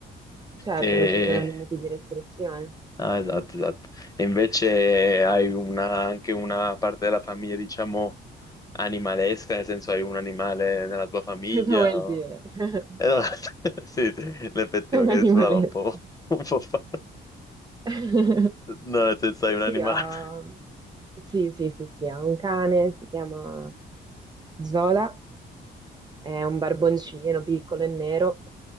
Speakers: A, on the right (about 20°); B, on the left (about 20°).
A: Certo,
B: E...
A: non ci sono limiti di restrizione.
B: Ah, esatto, esatto. E invece hai una- anche una parte della famiglia, diciamo, animalesca, nel senso hai un animale nella tua famiglia?
A: <laughs> Cosa vuol
B: o-
A: dire? <laughs>
B: Eh, no, <laughs> sì, in effetti magari
A: Animalesco.
B: suonava un po', <laughs> un po' fa-
A: <laughs>
B: No, nel senso hai un
A: Sì,
B: animale.
A: ho... Sì, sì, sì, sì, ho un cane, si chiama Zola, è un barboncino piccolo e nero,